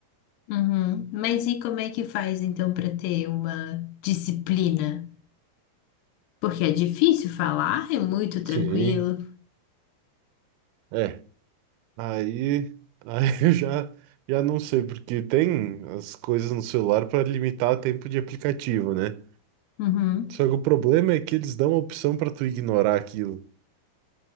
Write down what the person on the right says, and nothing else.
Sim. É. Aí, aí <laughs> eu já, já não sei, porque tem as coisas no celular para limitar o tempo de aplicativo, né?
Só que o problema é que eles dão a opção para tu ignorar aquilo.